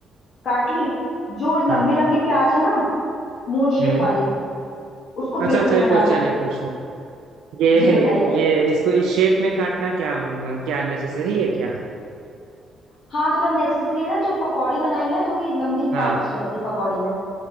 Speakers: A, on the left; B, on the right.
A: काट ली जो लंबी
B: हाँ
A: लंबी प्याज है ना मून शेप
B: हम्म
A: वाली उसको
B: अच्छा
A: बेसन
B: अच्छा एक
A: में डालो
B: क्वेश्चन है क्वेश्चन ये
A: जी बताइए
B: ये इसको इस शेप में काटना क्या क्या नेसेसरी है क्या
A: हाँ थोड़ा नेसेसरी है ना जो पकौड़ी बनाएंगे ना थोड़ी लंबी प्याज
B: हाँ
A: अच्छी लगती है पकौड़ी में